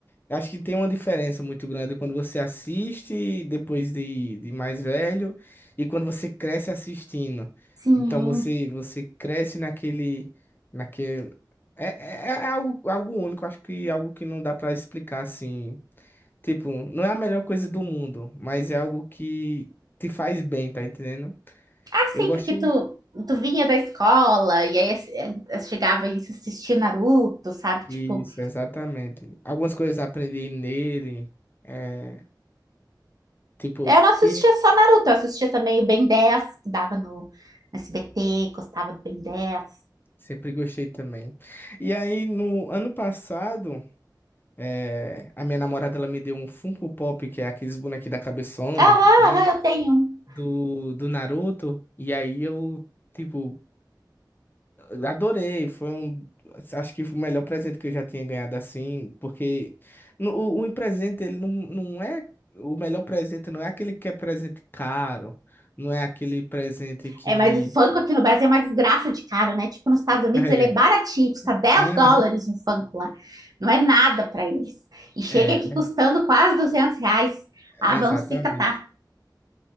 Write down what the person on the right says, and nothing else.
sim.
Ah,
sim,
porque tu, tu vinha da escola e aí ass- eh, eh, chegava e assistia Naruto, sabe?
Tipo,
eu não assistia
só Naruto, eu assistia também o Ben 10, que dava no SBT, gostava do Ben 10.
Ah, ah,
ah, eu tenho um.
É, mas o Funko aqui no Brasil é uma desgraça de caro, né? Tipo, nos Estados Unidos
ele é baratinho, custa dez
dólares um Funko lá. Não é nada para eles. E chega
aqui custando quase 200 reais. Ah,
vamos se catar.